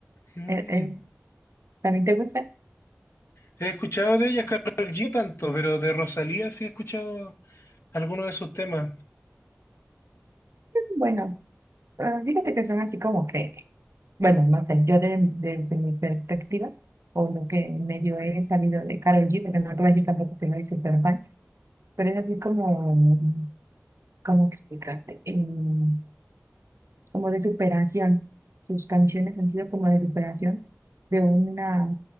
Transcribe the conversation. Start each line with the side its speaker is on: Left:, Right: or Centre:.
Left: Mm.
Right: eh, eh, ¿también te gusta?
Left: He escuchado de ella, Karol G, no tanto, pero de Rosalía sí he escuchado algunos de sus temas.
Right: Bueno, eh, fíjate que son así como que Bueno, no sé, yo de- desde mi perspectiva, o lo que medio he sabido de Karol G, porque no te voy a decir tampoco que soy súper fan, pero es así como, ¿cómo explicarte? Em, como de superación. Sus canciones han sido como de superación de una